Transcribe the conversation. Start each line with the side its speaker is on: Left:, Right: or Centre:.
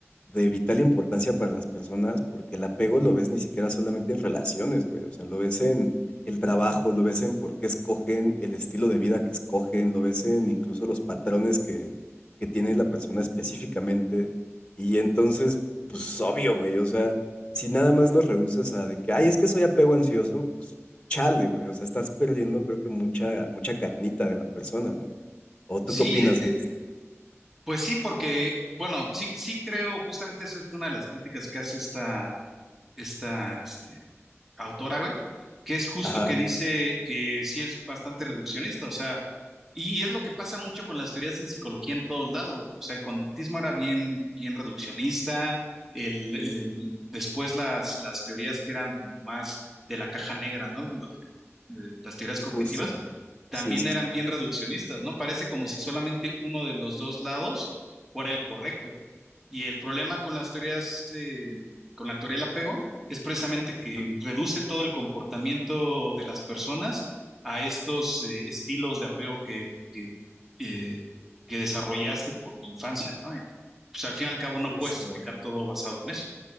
Left: de vital importancia para las personas porque el apego lo ves ni siquiera solamente en relaciones, güey. O sea, lo ves en el trabajo, lo ves en por qué escogen el estilo de vida que escogen, lo ves en incluso los patrones que, que tiene la persona específicamente. Y entonces, pues obvio, güey, o sea si nada más los reduces a de que, ay, es que soy apego ansioso, pues chale, güey. O sea, estás perdiendo, creo que mucha, mucha carnita de la persona, ¿no? ¿O tú
Centre: Sí,
Left: qué opinas
Centre: eh, eh,
Left: en este?
Centre: pues sí, porque, bueno, sí, sí creo, justamente eso es una de las críticas que hace esta, esta, este, autora, güey, que es justo
Left: Ajá,
Centre: que dice que sí es bastante reduccionista, o sea, y es lo que pasa mucho con las teorías en psicología en todos lados, o sea, el conductismo era bien, bien reduccionista, el, el- después las, las teorías que eran como más de la caja negra, ¿no? Lo- eh, las teorías cognitivas
Left: justo.
Centre: también
Left: Sí, sí,
Centre: eran
Left: sí.
Centre: bien reduccionistas, ¿no? Parece como si solamente uno de los dos lados fuera el correcto. Y el problema con las teorías, eh, con la teoría del apego, es precisamente que
Left: Ujú.
Centre: reduce todo el comportamiento de las personas a estos eh, estilos de apego que, que, eh, que desarrollaste por tu infancia, ¿no? Y, pues al fin y al cabo no
Left: Justo.
Centre: puedes explicar todo basado en eso.